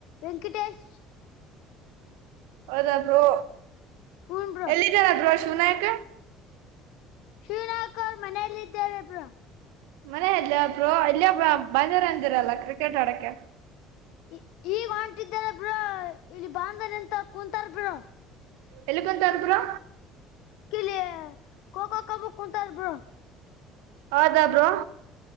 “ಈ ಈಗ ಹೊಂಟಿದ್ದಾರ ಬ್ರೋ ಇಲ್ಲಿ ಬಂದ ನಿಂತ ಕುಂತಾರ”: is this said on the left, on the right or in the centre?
Left